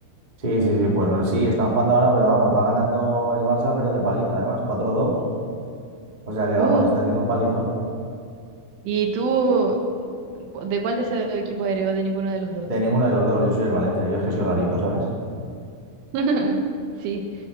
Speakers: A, on the right; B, on the right.
A: Sí, sí, sí, pues no, sí, están jugando ahora, pero vamos, va ganando el Barça, pero de paliza además, cuatro dos, O sea que vamos,
B: Uh,
A: está haciendo un palizón.
B: ¿y tú cu- de cuál de ese equipo eres o de ninguno de los dos?
A: De ninguno de los dos, yo soy el Valencia, yo es que soy rarito, ¿sabes?
B: <laughs> Sí,